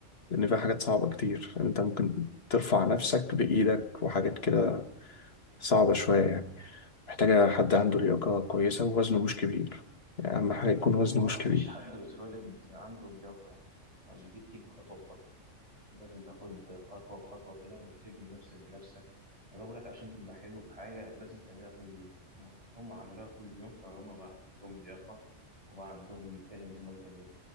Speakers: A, on the left; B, on the right.
A: لان فيها حاجات صعبه كتير يعني انت ممكن ترفع نفسك بايدك وحاجات كده صعبه شويه يعني محتاجه حد عنده لياقه كويسه ووزنه مش كبير يعني اهم حاجه يكون
B: ما
A: وزنه
B: هما
A: مش
B: ما
A: كبير
B: فيش حد بيتولد عنده اللياقة يعني ولا دي بتيجي خطوة بخطوة لازم تاخد خطوة بخطوة كده وتبني نفسك بنفسك أنا بقول لك عشان تبقى حلو في حاجة لازم تعملها كل يوم هم هم عملوها كل يوم فهم بقى عندهم لياقة وبقى عندهم تاني إن هم يكملوا